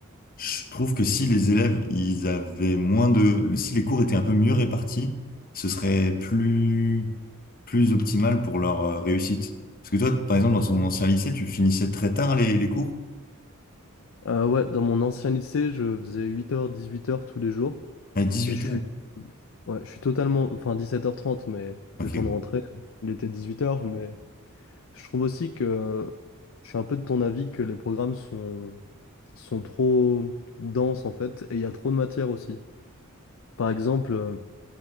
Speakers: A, on the left; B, on the left.
A: je trouve que si les élèves, ils avaient moins de, si les cours étaient un peu mieux répartis, ce serait plus, plus optimal pour leur euh, réussite. Parce que toi, par exemple, dans ton ancien lycée, tu finissais très tard les, les cours,
B: Euh, ouais, dans mon ancien lycée, je faisais 8h, 18h tous les jours.
A: à dix-huit
B: Et je suis,
A: heures.
B: ouais, je suis totalement, enfin 17h30, mais
A: Ok,
B: le temps
A: ouais.
B: de rentrer, il était 18h. Mais je trouve aussi que je suis un peu de ton avis que les programmes sont, sont trop denses, en fait, et il y a trop de matière aussi. Par exemple, euh,